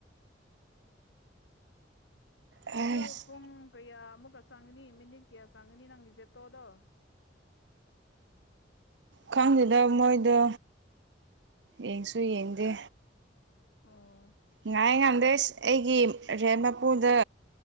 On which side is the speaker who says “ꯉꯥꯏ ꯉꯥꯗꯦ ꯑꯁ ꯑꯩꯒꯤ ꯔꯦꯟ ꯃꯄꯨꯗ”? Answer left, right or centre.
Right